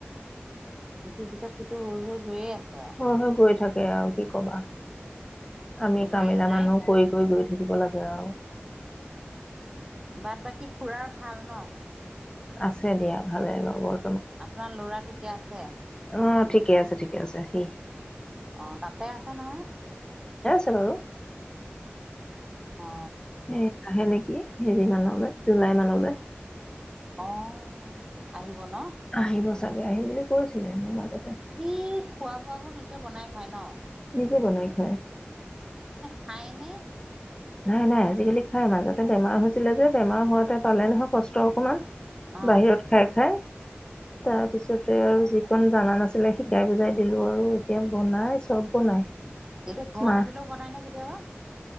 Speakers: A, on the right; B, on the left.
A: সটো পিছত সন্তু হৈ- হৈ গৈয়ে আছে। আৰু
B: হয় -হয় গৈ থাকে আৰু কি কবা। আমি
A: উপায়ো
B: কামিলা
A: নাই
B: মানুহ কৰি- কৰি গৈ থাকিব লাগে আৰু।
A: বাট বাকী খুৰাৰ ভাল ন।
B: আছে দিয়া ভালে বৰ।
A: আপোনাৰ ল'ৰাটো। আছে।
B: অ ঠিকে আছে ঠিকে আছে সি।
A: অ তাতে আছে নহয়।
B: হেল্লও'।
A: অ
B: এ সেনেকে। হেৰি মানলৈ জুলাই মানলৈ।
A: অ আহি। বন।
B: আহিব চাগে আহিম বুলি কৈছিলেনো মাজত।
A: কি। খোৱা বোৱাবোৰ নিজে বনাই খায় ন।
B: নিজে বনাই খায়।
A: খাইনে।
B: নাই -নাই আজিকালি খাই মাজতে বেমাৰ হৈছিলে যে বেমাৰ হোৱাতে। পালে নহয় কষ্ট অকমান
A: অ
B: বাহিৰত খাই -খাই। তাৰপিছতে আৰু যিকণ জাননা নাছিলে শিকাই বুজাই দিলো আৰু এতিয়া বনাই চব বনাই।
A: এতিয়া ঘৰত
B: মাহ
A: আহিলেও বনাই ন কেতিয়াবা।